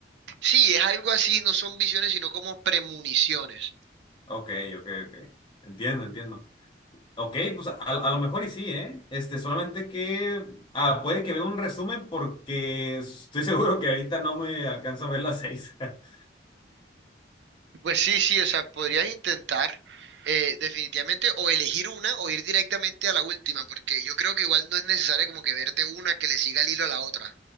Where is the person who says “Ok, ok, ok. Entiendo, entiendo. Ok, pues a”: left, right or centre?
Left